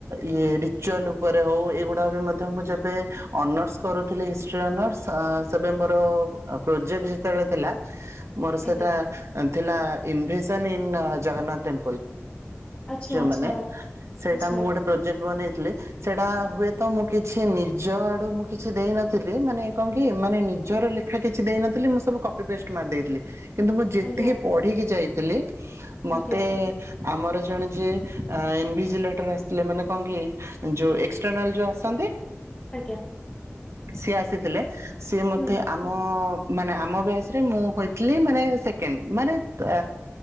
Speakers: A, on the right (about 70°); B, on the left (about 30°).
A: ଇଏ ରିଚୁଆଲ୍ ଉପରେ ହଉ। ଏଇଗୁଡା ବି ମଧ୍ୟ ମୁଁ ଯେବେ ଅନର୍ସ କରୁଥିଲି ହିଷ୍ଟ୍ରି ଅନର୍ସ। ଅଁ ସେବେ ମୋର ପ୍ରୋଜେକ୍ଟ ଯେତେବେଳେ ଥିଲା। ମୋର ସେଟା
B: ଆଜ୍ଞା
A: ଥିଲା, ଇନଭେସନ୍ ଇନ୍ ଜଗନ୍ନାଥ୍ ଟେମ୍ପଲ୍।
B: ଆଚ୍ଛା
A: ଯଉ
B: ଆଚ୍ଛା
A: ମାନେ, ସେଇଟା
B: ଆଚ୍ଛା
A: ମୁଁ ଗୋଟେ ପ୍ରୋଜେକ୍ଟ ବନେଇଥିଲି। ସେଇଡା ହୁଏ ତ, ମୁଁ କିଛି ନିଜ ଆଡୁ ମୁଁ କିଛି ଦେଇନଥିଲି। ମାନେ କଣ କି, ମାନେ ନିଜର ଲେଖ୍ ଖା କିଛି ଦେଇନଥିଲି। ମୁଁ ସବୁ କପି ପେଷ୍ଟ ମାରି ଦେଇଥିଲି। କିନ୍ତୁ, ମୁଁ ଯେତିକି
B: ଆଜ୍ଞା
A: ପଢିକି ଯାଇଥିଲି, ମତେ
B: ଆଜ୍ଞା
A: ଆମର ଜଣେ ଯେ ଇନ୍ଭିଜିଲେଟର୍ ଆସିଥିଲେ ମାନେ କଣ କି! ଯୋଉ ଏକ୍ସଟ୍ରନାଲ୍ ଯୋଉ ଆସନ୍ତି!
B: ଆଜ୍ଞା।
A: ସେ ଆସିଥିଲେ, ସିଏ ମତେ,
B: ହୁଁ
A: - ଆମ-ଅ ମାନେ, ଆମ ବ୍ୟାଚ୍ ରେ ମୁଁ ହୋଇଥିଲି ମାନେ, ସେକେଣ୍ଡ ମାନେ-ତଁ